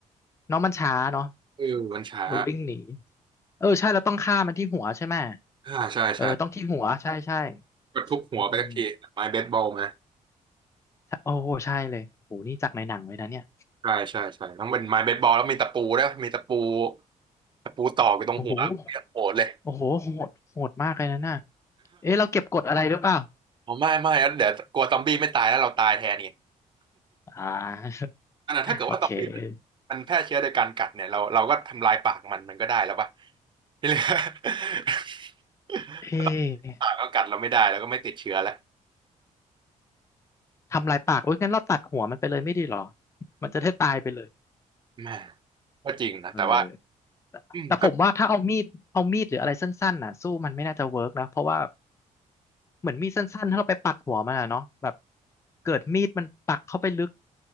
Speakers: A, on the left; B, on the right.
A: น้องมันช้าเนาะ
B: เออมันช้า
A: ดูวิ่งหนี เออใช่แล้วต้องฆ่ามันที่หัวใช่ไหม
B: อ่าใช่ใช่
A: เออต้องที่หัวใช่ใช่
B: ก็ทุบหัวไปสักทีไม้เบสบอลมา
A: อืมใช่โอ้โหใช่เลยโอ้โหนี่จากในหนังเลยนะเนี่ย
B: ใช่ใช่ใช่ต้องเป็นไม้เบสบอลแล้วมีตะปูด้วยมีตะปูตะปูตอกอยู่ตรงหัวเรียางโหดเลย
A: โอ้โหโอ้โหโหดโหดมากเลยนะน่ะเอ๊ะเราเก็บกดอะไรหรือเปล่า
B: <laughs> อ๋อไม่ไม่เดี๋ยวกลัวซอมบี้ไม่ตายแล้วเราตายแทนไง
A: อ่า
B: <laughs> อันนั้นถ้าเกิดว่าซอมบี้
A: <laughs> โอเค
B: มันแพร่เชื้อโดยการกัดเนี่ยเราเราก็ทำลายปากมันมันก็ได้แล้วป่ะ <laughs> ที่เหลือ <laughs>
A: เอ๊ะ
B: ถ้าต้องปากก็กัดเราไม่ได้แล้วก็ไม่ติดเชื้อแล้ว
A: ทำลายปากโอ๊ยงั้นเราตัดหัวมันไปเลยไม่ดีหรอมันจะได้ตายไปเลย
B: แม่ก็จริงนะแต่ว่า
A: เออแต่แต่ผมว่าถ้าเอามีดเอามีดหรืออะไรสั้นๆน่ะสู้มันไม่น่าจะเวิร์กนะเพราะว่า
B: อืมก็
A: เหมือนมีดสั้นๆถ้าเราไปปักหัวมันอะเนาะแบบเกิดมีดมันปักเข้าไปลึก